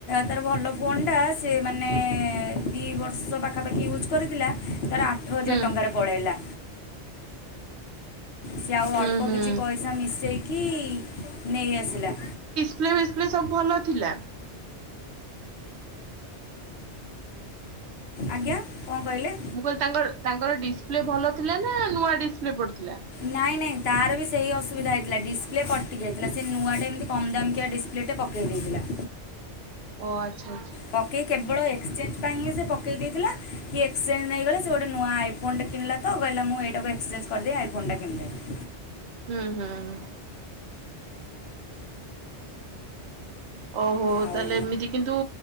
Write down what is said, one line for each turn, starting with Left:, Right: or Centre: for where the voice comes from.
Left: ତାର ଭଲ ଫୋନଟା ସେ ମାନେ ଦୁଇ ବର୍ଷ ପାଖାପାଖି ୟୁଜ୍ କରିଥିଲା ତାର ଆଠ ହଜାର
Right: ହୁଁ
Left: ଟଙ୍କାରେ ପଳାଇଲା। ସେ ଆଉ
Right: ହୁଁ
Left: ଅଳ୍ପ
Right: ହୁଁ
Left: କିଛି ପଇସା ମିଶେଇକି ନେଇ ଆସିଲା।
Right: ସପ୍ଲେ ଫିସ୍ପ୍ଲେ ସବୁ ଭଲ ଥିଲା?
Left: ଆଜ୍ଞା କଣ କହିଲେ?
Right: ମୁଁ କହିଲି ତାଙ୍କର ତାଙ୍କର ଡିସପ୍ଲେ ଭଲ ଥିଲା ନା ନୂଆ ଡିସପ୍ଲେ ପଡିଥିଲା?
Left: ନାଇଁ ନାଇଁ ତାର ବି ସେହି ଅସୁବିଧା ହେଇଥିଲା ଡିସପ୍ଲେ କଟିକି ଯାଇଥିଲା ସେ ନୂଆଟା ଏମିତି କମ୍ ଦାମ୍କିଆ ଡ଼ି ପ୍ଲେଟେ ପକାଇ ଦେଇଥିଲା।
Right: ଓ ଆଚ୍ଛା ଆଛା।
Left: ପକେଇ କେବଳ ଏକ୍ସଚେଞ୍ଜ ପାଇଁ ହିଁ ସେ ପକାଇ ଦେଇଥିଲା କି ଏକ୍ସଚେଞ୍ଜ ନେଇଗଲେ ସେ ଗୋଟେ ନୂଆ ଆଇଫୋ ଫୋନ୍ ଟେ କିିଣିଲା ତ କହିଲା ମୁଁ ଏଇାକୁ ଏକ୍ସେଞ୍ଜଦେବ ଆଇ ଫୋନ ଟା କିଣିଦେବି।
Right: ହୁଁ ହୁଁ। ଓହୋ
Left: ଆଉ
Right: ତାହେଲେ ଏମିତି କିନ୍ତୁ